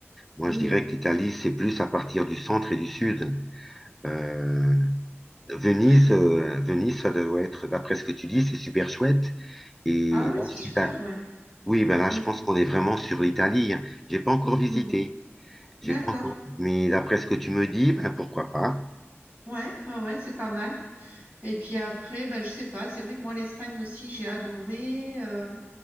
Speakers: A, in the centre; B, on the right (about 35°).
A: Moi,
B: mm.
A: je dirais que l'Italie, c'est plus à partir du centre et du sud. Euh, Venise,
B: Ouais.
A: euh, Venise, ça doit être, d'après ce que tu dis, c'est super chouette. Et
B: Ah oui,
A: là,
B: c'est
A: je
B: super,
A: suis d'accord.
B: ouais.
A: Oui, ben là,
B: Mm,
A: je pense qu'on est vraiment sur l'Italie. J'ai pas encore visité.
B: mm. D'accord.
A: J'ai pas encore. Mais d'après ce que tu me dis, ben pourquoi pas?
B: Ouais, ouais, ouais, c'est pas mal. Et puis après, ben, je sais pas, c'est vrai que moi, l'Espagne aussi, j'ai adoré, euh,